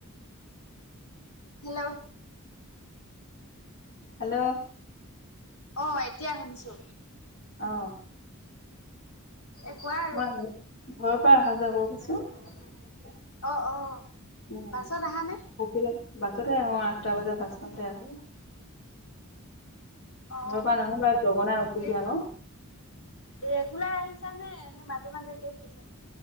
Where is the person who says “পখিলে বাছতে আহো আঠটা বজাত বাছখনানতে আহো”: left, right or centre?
Left